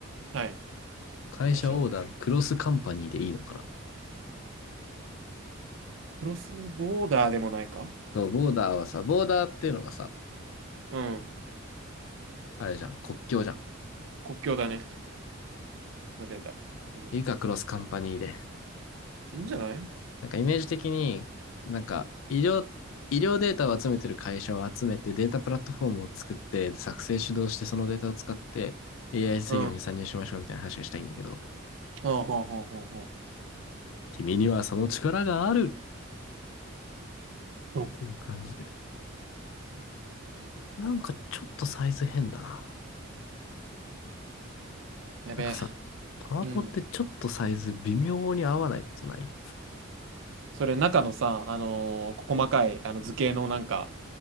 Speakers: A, on the right; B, on the left.
A: はい。
B: 会社オーダー、
A: 最初、
B: クロスカンパニーでいいのかな
A: クロスボーダーでもないか
B: そうボーダーはさ、ボーダーっていうのがさ、
A: うん。
B: あれじゃん、国境じゃん。
A: 国境だね。間違えた。うん。
B: いいか、クロスカンパニーで。
A: いいんじゃない
B: なんかイメージ的に、なんか医療、医療データを集めてる会社を集めてデータプラットフォームを作って作成主導してそのデータを使って AI 制御に参入しましょうみたいな話がしたいんだけど、
A: うん。ほうほうほうほうほう。
B: 君にはその力があるっていう感じで。
A: ドン
B: なんかちょっとサイズ変だな。
A: やべえ。
B: なんかさ、パワポってちょっとサイズ微妙に合わないことない
A: うん。それ中のさ、あのー細かいあの図形のなんか、